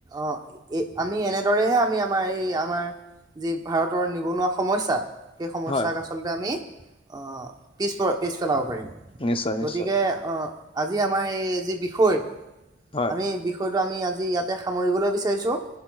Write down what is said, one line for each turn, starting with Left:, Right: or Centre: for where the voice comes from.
Right: অ এ আমি এনেদৰেহে আমি আমাৰ এই আমাৰ যি ভাৰতৰ নিবনুৱা সমস্যা সেই সমস্যাক
Left: হয়
Right: আচলতে আমি আহ পিছপ পিছ পেলাব পাৰিম।
Left: নিশ্চয় নিশ্চয়
Right: গতিকে আহ আজি আমাৰ এই যি বিষয়
Left: হয়
Right: আমি বিষয় আমি আজি ইয়াতে সামৰিবলৈ বিচাৰিছো